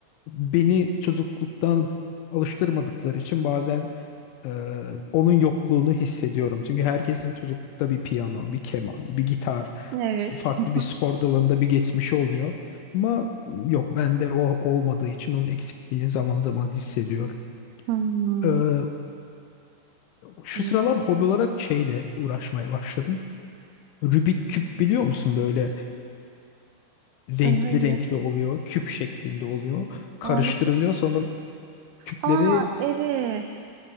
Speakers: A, on the left; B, on the right.
A: beni çocukluktan alıştırmadıkları için bazen e, onun yokluğunu hissediyorum. Çünkü herkesin çocuklukta bir piyano, bir keman, bir gitar,
B: Evet.
A: farklı
B: <laughs>
A: bir spor dalında bir geçmişi oluyor. Ama yok bende o olmadığı için onun eksikliğini zaman zaman hissediyorum.
B: Hmm.
A: E, şu
B: Hmm.
A: sıralar hobi olarak şeyle uğraşmaya başladım. Rubik küp biliyor musun? Böyle renkli
B: E, Hayır.
A: renkli oluyor, küp şeklinde oluyor. Karıştırılıyor
B: Ağlısı.
A: sonra küpleri
B: Aa evet.